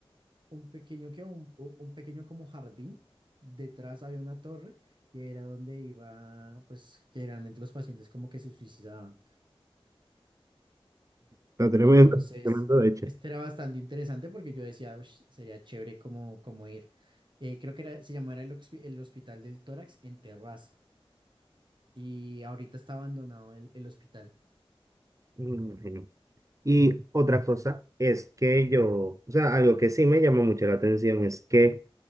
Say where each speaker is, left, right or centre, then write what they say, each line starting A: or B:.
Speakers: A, on the right; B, on the right.
A: un pequeño que un, un un pequeño como jardín, detrás había una torre y era donde iba pues que realmente los pacientes como que se suicidaban.
B: Está tremendo,
A: Entonces,
B: tremendo, de hecho.
A: este era bastante interesante porque yo decía, "Ush, sería chévere como, como ir. Eh, creo que era- se llamaba el, hospi- el Hospital del Tórax en Terraza y ahorita está abandonado el, el hospital.
B: Me imagino. Y otra cosa es que yo, o sea, algo que sí me llamó mucho la atención es que